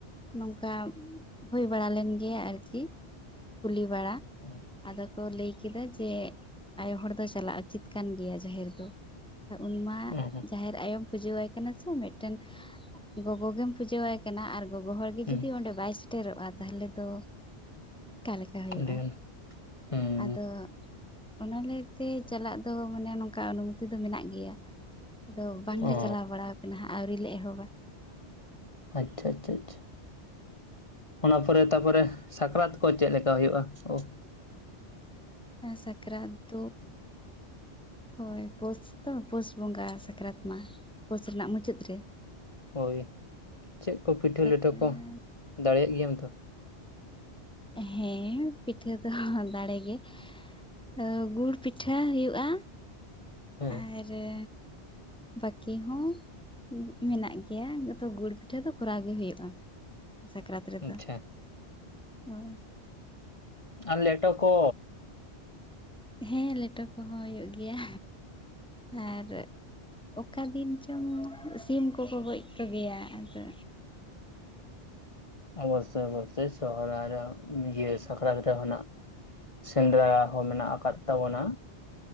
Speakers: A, in the centre; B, on the left.
A: ᱱᱚᱝᱠᱟ ᱦᱩᱭ ᱵᱟᱲᱟ ᱞᱮᱱ ᱜᱮᱭᱟ ᱟᱨᱠᱤ, ᱠᱩᱞᱤ ᱵᱟᱲᱟ,
B: ᱦᱩᱸ
A: ᱟᱫᱚ ᱠᱚ ᱞᱟᱹᱭ ᱠᱮᱫᱟ ᱡᱮ ᱟᱭᱳ ᱦᱚᱲ ᱫᱚ ᱪᱟᱞᱟᱜ ᱩᱪᱤᱛ ᱠᱟᱱ ᱜᱮᱭᱟ ᱡᱟᱦᱮᱨ ᱫᱚ, ᱩᱱᱢᱟ
B: ᱦᱩᱸ ᱦᱩᱸ
A: ᱡᱟᱦᱮᱨ ᱟᱭᱳ ᱯᱩᱡᱟᱹᱣᱟᱭ ᱠᱟᱱᱟ ᱥᱮ, ᱢᱤᱫᱴᱮᱱ ᱜᱚᱜᱚ ᱜᱮᱢ ᱯᱩᱡᱟᱹᱣᱟᱭ ᱠᱟᱱᱟ ᱟᱨ ᱜᱚᱜᱚ ᱦᱚᱲᱜᱮ
B: ᱦᱩᱸ
A: ᱡᱩᱫᱤ ᱚᱸᱰᱮ ᱵᱟᱭ ᱥᱮᱴᱮᱨᱚᱜᱼᱟ ᱛᱟᱦᱚᱞᱮ ᱛᱚ ᱚᱠᱟ ᱞᱮᱠᱟ ᱦᱩᱭᱩᱜᱼᱟ᱾
B: ᱟᱹᱰᱤᱜᱟᱱ ᱦᱩᱸ
A: ᱟᱫᱚ ᱚᱱᱟᱞᱮ ᱛᱮ ᱪᱟᱞᱟᱜ ᱫᱚ ᱢᱟᱱᱮ ᱱᱚᱝᱠᱟ ᱚᱱᱩᱢᱚᱛᱤ ᱫᱚ ᱢᱮᱱᱟᱜ ᱜᱮᱭᱟ, ᱟᱫᱚ ᱵᱟᱝᱞᱮ
B: ᱚ
A: ᱪᱟᱞᱟᱣ ᱵᱟᱲᱟ ᱠᱟᱱᱟ ᱦᱟᱸᱜ᱾ ᱟᱹᱣᱨᱤ ᱞᱮ ᱮᱦᱚᱵᱟ᱾
B: ᱟᱪᱪᱷᱟ ᱟᱪᱷᱟ ᱟᱪᱪᱷᱟ᱾ ᱚᱱᱟ ᱯᱚᱨᱮ ᱛᱟᱯᱚᱨᱮ ᱥᱟᱠᱨᱟᱛ ᱠᱚ ᱪᱮᱫ ᱞᱮᱠᱟ ᱦᱩᱭᱩᱜᱼᱟ ᱳ? <inaudible>
A: ᱮᱸ ᱥᱟᱠᱨᱟᱛ ᱫᱚ
B: <inaudible>
A: ᱦᱳᱭ ᱯᱳᱥ ᱛᱚ ᱯᱳᱥ ᱵᱚᱸᱜᱟ ᱥᱟᱠᱨᱟᱛ ᱢᱟ, ᱯᱳᱥ ᱨᱮᱱᱟᱜ ᱢᱩᱪᱟᱹᱫ ᱨᱮ᱾
B: ᱦᱳᱭ ᱪᱮᱫ ᱠᱚ ᱯᱤᱴᱷᱟᱹ
A: ᱥᱟᱠᱨᱟᱛ
B: ᱞᱮᱴᱟᱹ ᱠᱚ ᱫᱟᱲᱮᱭᱟᱜ ᱜᱮᱭᱟᱢ ᱛᱚ?
A: ᱦᱮᱸ ᱯᱤᱴᱷᱟᱹ ᱫᱚ ᱫᱟᱲᱮ ᱜᱮ, ᱟᱫᱚ ᱜᱩᱲ ᱯᱤᱴᱷᱟᱹ ᱦᱩᱭᱩᱜᱼᱟ᱾
B: ᱦᱮᱸ᱾
A: ᱮᱨᱮ ᱵᱟᱹᱠᱤ ᱦᱚᱸ᱾ ᱩᱸ ᱢᱮᱱᱟᱜ ᱜᱮᱭᱟ <inaudible> ᱜᱩᱲ ᱯᱤᱴᱷᱟᱹ ᱫᱚ ᱠᱚᱨᱟᱣ ᱜᱮ ᱦᱩᱭᱩᱜᱼᱟ᱾ ᱥᱟᱠᱨᱟᱛ ᱨᱮᱫᱚ,
B: ᱟᱪᱪᱷᱟ
A: ᱦᱳᱭ᱾
B: ᱟᱨ ᱞᱮᱴᱚ ᱠᱚ᱾
A: ᱦᱮᱸ ᱞᱮᱴᱚ ᱠᱚᱦᱚᱸ ᱦᱩᱭᱩᱜ ᱜᱮᱭᱟ, ᱟᱨ ᱚᱠᱟ ᱫᱤᱱ ᱪᱚᱝ ᱥᱤᱢ ᱠᱚᱠᱚ ᱜᱚᱡ ᱠᱚ ᱜᱮᱭᱟ ᱟᱫᱚ
B: ᱚᱵᱚᱥᱥᱳᱭ ᱚᱵᱚᱥᱥᱳᱭ ᱥᱚᱦᱚᱨᱟᱭ ᱨᱮ ᱤᱭᱟᱹ ᱥᱟᱠᱨᱟᱛ ᱨᱮᱦᱚ ᱱᱟᱜ ᱥᱮᱸᱫᱽᱨᱟ ᱦᱚᱸ ᱢᱮᱱᱟᱜ ᱟᱠᱟᱫ ᱛᱟᱵᱚᱱᱟ᱾